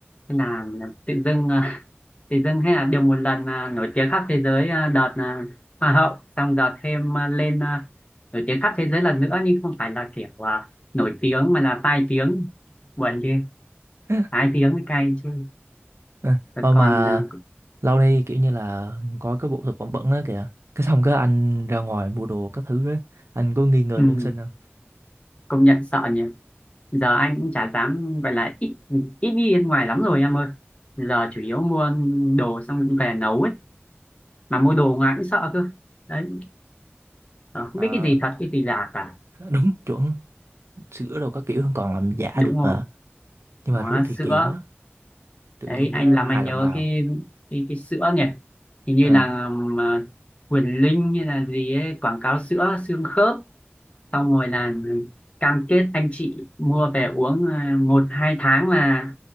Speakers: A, on the left; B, on the right.
A: thế là tự dưng à, tự dưng hay là được một lần à, nổi tiếng khắp thế giới à, đợt à, hoa hậu xong đợt thêm à, lên à, nổi tiếng khắp thế giới lần nữa nhưng không phải là kiểu à, nổi tiếng mà là tai tiếng buồn ghê
B: <laughs>
A: tai tiếng mới cay chứ
B: À,
A: Rồi
B: Ờ
A: còn
B: mà
A: à,
B: lâu nay kiểu như là có cái vụ thực phẩm bẩn đó kìa Cái xong cái anh ra ngoài mua đồ các thứ á Anh có nghi ngờ
A: ừ,
B: nhân sinh không?
A: công nhận sợ nhỉ giờ anh cũng chả dám gọi là ít ít đi bên ngoài lắm rồi em ơi giờ chủ yếu mua đồ xong về nấu ấy mà mua đồ ngoài cũng sợ cơ đấy Ờ, không
B: Ờ,
A: biết cái gì thật cái gì giả cả
B: <laughs> đúng chuẩn sữa đồ các kiểu còn làm giả
A: đúng
B: được
A: rồi
B: mà Nhưng
A: đó
B: mà rứa
A: là sữa
B: thì kỳ quá Tự
A: đấy
B: nhiên
A: anh
B: cái
A: làm
B: hài
A: anh nhớ
B: lòng bào
A: cái cái, cái sữa nhỉ hình như
B: Ờ,
A: là um, à, Quyền Linh như là gì ấy quảng cáo sữa xương khớp
B: đúng.
A: xong rồi là cam kết anh chị mua về uống à, một hai tháng là